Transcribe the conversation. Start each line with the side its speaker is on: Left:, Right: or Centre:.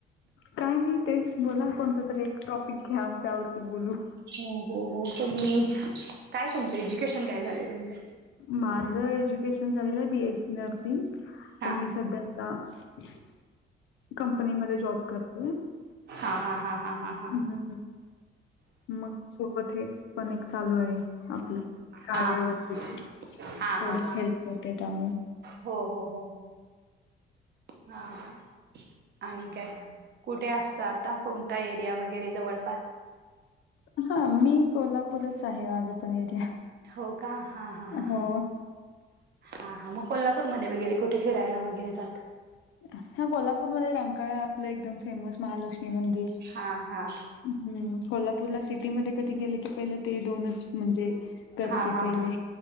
Left: काय नाही तेच बोला. कोणता तरी एक टॉपिक घ्या. मग त्यावरती बोलू.
Right: हो.. हो.. हो.. तुम्ही काय तुमचं एज्युकेशन काय झाले तुमचं?
Left: माझ एज्युकेशन झालेलं आहे. बीएससी नर्सिंग
Right: हा
Left: पण मी संध्या. आता कंपनीमध्ये जॉब करते.
Right: हा.. हा.. हा.. हा.. हा..
Left: हम्. मग सोबत हेच, पण एक चालू आहे. आपलं कार्यवरती
Right: हा हा
Left: तेवढंच
Right: हा हा हा
Left: हेल्प करते. त्यामुळं
Right: हो हो हो हो. हां.. आणि काय कुठे असता, आता कोणता एरिया वगैरे जवळ.
Left: हा.. मी कोल्हापूरच आहे माझं पण एरिया.
Right: हो कां, हा हा हा
Left: हो.
Right: हा.. हा. हा.. मग कोल्हापूरमध्ये वगैरे कुठे फिरायला वगैरे जात.
Left: हा कोल्हापूरमध्ये रंकाळा आपलं, एकदम फेमस महालक्ष्मी मंदिर.
Right: हा हा
Left: हम्म. कोल्हापूरला सिटीमध्ये कधी गेलं की, पहिले ते दोनच म्हणजे, करते
Right: हा हा
Left: पहिले.
Right: हा